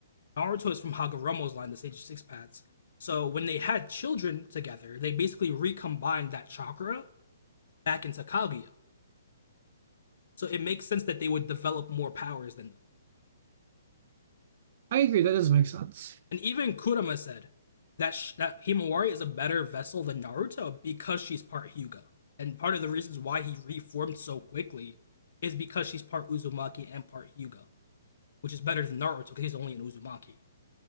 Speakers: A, on the left; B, on the right.
A: Naruto is from Hagoromo's line, the Sage of Six Paths. So when they had children together, they basically recombined that chakra back into Kaguya. So it makes sense that they would develop more powers than them.
B: I agree. That does make sense.
A: And even Kurama said that sh- that Himawari is a better vessel than Naruto because she's part Hyuga. And part of the reasons why he reformed so quickly is because she's part Uzumaki and part Hyuga, which is better than Naruto because he's only an Uzumaki.